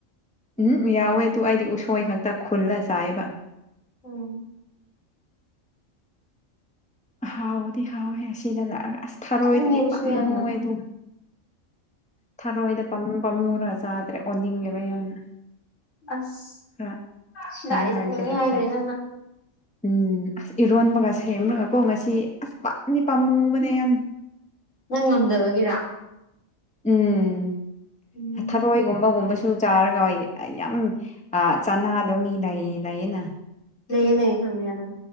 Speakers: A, in the centre; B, on the left.
A: ꯎꯝ ꯌꯥꯎꯋꯦ ꯑꯗꯨ ꯑꯩꯗꯤ ꯎꯁꯣꯏ ꯈꯛꯇ ꯈꯨꯜꯂ ꯆꯥꯏꯕ
B: ꯎꯝ
A: ꯍꯥꯎꯗꯤ ꯍꯥꯎꯦ ꯍꯁꯤꯗꯂꯒ ꯑꯁ ꯊꯥꯔꯣꯏꯗꯗꯤ
B: ꯆꯥꯅꯤꯡꯉꯦꯕꯁꯨ
A: ꯄꯥꯝꯃꯣꯏ
B: ꯌꯥꯝꯅ
A: ꯑꯗꯨ ꯊꯔꯣꯏꯅ ꯄꯝꯃꯨ ꯄꯥꯝꯃꯨ ꯈꯔ ꯆꯥꯗ꯭ꯔꯦ ꯑꯣꯟꯅꯤꯡꯂꯦꯕ ꯌꯥꯝꯅ
B: ꯑꯁ
A: ꯈꯔ
B: ꯁꯤꯂꯥꯔꯤ
A: ꯅꯨꯡꯉꯥꯏꯇꯦ
B: ꯆꯠꯅꯤꯡꯉꯤ
A: ꯍꯛꯆꯥꯡ
B: ꯍꯥꯏꯗꯣꯏ ꯅꯪꯅ
A: ꯎꯝ ꯏꯔꯣꯟꯕꯒ ꯁꯦꯝꯕ꯭ꯔꯒꯀꯣ ꯉꯁꯤ ꯑꯁ ꯄꯥꯝꯅꯤ ꯄꯥꯝꯅꯤꯡꯉꯨꯕꯅꯦ ꯌꯥꯝꯅ
B: ꯅꯪ ꯉꯝꯗꯕꯒꯤꯔ
A: ꯎꯝ
B: ꯎꯝ
A: ꯍ ꯊꯔꯣꯏꯒꯨꯝꯕ ꯒꯨꯝꯕ ꯨ ꯆꯥꯔꯒ ꯌꯥꯝ ꯆꯥꯅꯥꯗꯣ ꯃꯤ ꯂꯩ ꯂꯩꯌꯦꯅ
B: ꯂꯩꯌꯦ ꯂꯩꯌꯦ ꯊꯝ ꯌꯥꯔꯝ